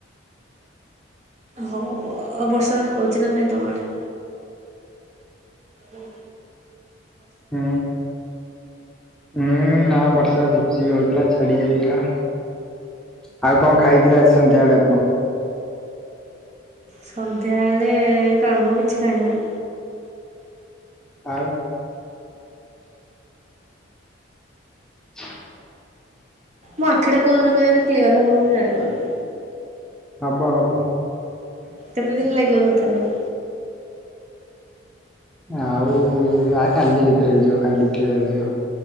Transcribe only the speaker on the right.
ହଉ ବର୍ଷା ହଉଛି ନା ନାଇଁ ତମ ଆଡେ? ହୁଁ
ସନ୍ଧ୍ୟାବେଳେ କାମ କିଛି ଖାଇ ନାହିଁ।
ମୋ ଆଖି କଉଦିନ କେଜାଣି କ୍ଲିୟର ହବ ମୁଁ ଜାଣି ପାରୁନି।
କେତେ ଦିନ ଲାଗିବ ତଥାପି।